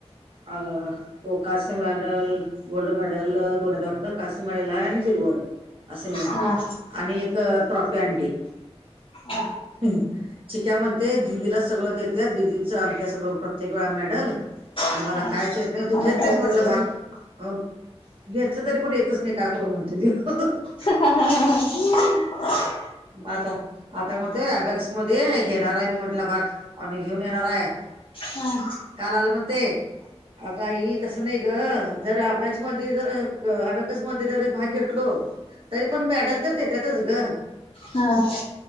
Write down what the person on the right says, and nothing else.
अ त कास्य मेडल गोल्ड मेडल दोन्तं कास्य मेडल ह आणि सिल्वर असे म
आणि एक ट्रॉफी आणडी
हम् शिक्या म्हणते दिदीला सगळं देते दिदीच आणत्या सगळं प्रत्येक वेळा मेडल आणि
मला कायच येत नाही तू
घेत
नाहीच म्हटलं
भाग अ घेतलं तरी पण येतच नाही का करू म्हणते त
मग आता मग ते अब मध्ये घेणार आहे मी म्हटला भाग आणि घेऊन येणार आहे
काल आलं मग ते अग आई तसं नाही ग जर अबॅकस मध्ये जर अ अबॅकस मध्ये भाग घेतलो तरी पण मॅडल तर देतातच ग